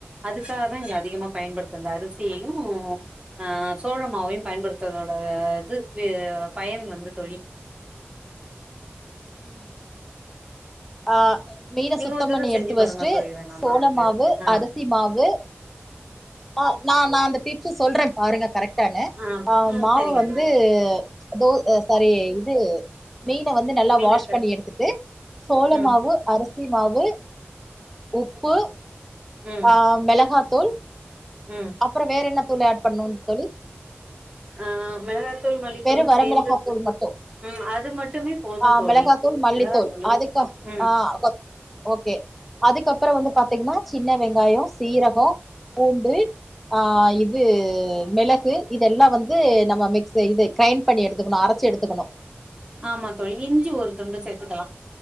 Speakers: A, on the right; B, in the centre.
A: அதுக்காக தா இங்க அதிகமா பயன்படுத்துறது அரிசியையு ஆ சோளமாவயு பயன்படுத்றதோட இது பயன் வந்து தோழி
B: <inaudible> ஆ மீன
A: நீங்க
B: சுத்தோ
A: ஒரு தடவ
B: பண்ணி
A: செஞ்சு
B: எடுத்து
A: பாருங்க
B: வச்சிட்டு
A: தோழி வேணும்னா
B: சோள
A: வந்து
B: மாவு
A: ஆ
B: அரி மாவு ஆ ந நா அந்த டிப்ஸ் அ சொல்றே பாருங்க கரெக்ட் டானு
A: ஆ ஆ
B: மாவு
A: சரிங்க
B: வந்து
A: தோழி
B: தோ சாரி இது மீன வந்து நல்லா
A: மீனக்கறி
B: வாஷ் பண்ணி எடுத்துட்டு சோள
A: ம்
B: மாவு அரிசி மாவு உப்பு
A: ம்
B: ஆ மெளகாத்தூள்
A: ம்
B: அப்றோ வேற என்ன தூள் ஆட் பண்ணுன்னனு தோழி
A: ஆ மெளகாத்தூள் மல்லித்தூள்னு
B: வெறு வர
A: சேர்ந்து
B: மிளகாத்தூள்
A: இருக்கிறது
B: மட்டு
A: இருக்கு ம் அது மட்டுமே போது
B: ஆ
A: தோழி
B: மிளகாத்தூள் மல்லித்தூள்
A: மிளகாய் தூள்
B: அதுக்கு
A: ம்
B: ஆ ஓகே அதுக்கப்பறோ வந்து பாத்தீங்கன்னா சின்ன வெங்காயோ சீரகோ பூண்டு ஆ இது மெளகு இதெல்லா வந்து நம்ம மிக்ஸ் ச இது கிரைண்ட் பண்ணி எடுத்துக்கணு அரச்சு எடுக்கணு
A: ஆமா தோழி இஞ்சி ஒரு துண்டு சேத்துக்கலா